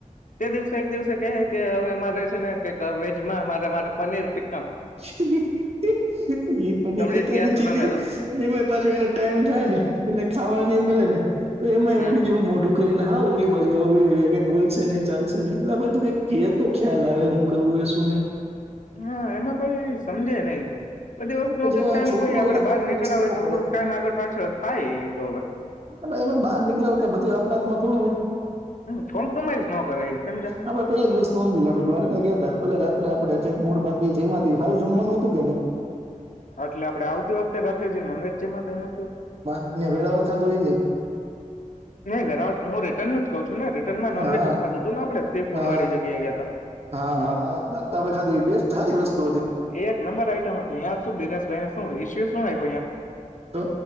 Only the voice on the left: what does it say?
તે દિવસે એક દિવસે કેહે કે હવે મારે છે, ને કઈક વેજમાં મારે માટે પનીર ટિ
સમજી
જ ગયા
છો
તમે તો
હમ
હા એમાં પણ સમજે નય બધી વસ્તુ નો
કઈ
ટાઈમ
હોય આપડે
બાર
નીકળાવ
હોય
તો
થોડુંક ટાઈમ આગળ પાછળ થાય એ તો હવે
હમ કોમ્પ્રોમાઈઝ ન કરે એ સમજા
આટલે આપડે આવતી વખતે રાતે જે <unintelligible> જેમાં તો એનો કયો.
<unintelligible> વેરાવટ હું રિટર્ન જ કઉ છું ને રિટર્નમાં નોનવેજ
ખાધું હતું ને આપણે સી ફૂડ
વાળી જગ્યાયા હતા ગયા.
એ એક નંબર આઈટમ હતી યાં શું દિનેશભાઈને શું ઇસ્યુ શું આવ્યો અહ્યા.